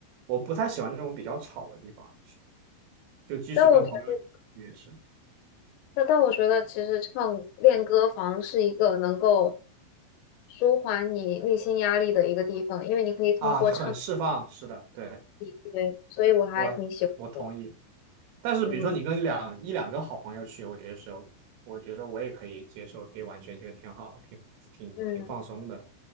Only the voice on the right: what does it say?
我不太喜欢这种比较吵的地方，就即使跟朋友也是
啊，很释放。是的，对，
我我同意。但是比如说你跟两一两个好朋友去，
我觉得是，我觉得我也可以接受，可以完全觉得挺好，挺挺挺放松的。